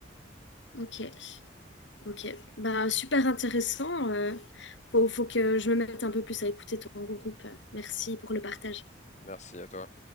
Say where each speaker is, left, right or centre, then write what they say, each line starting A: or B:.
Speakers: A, on the left; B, on the left.
A: ok. Ok, bah super intéressant. euh, faut, faut que je me mette un peu plus à écouter ton groupe. Merci pour le partage.
B: Merci à toi.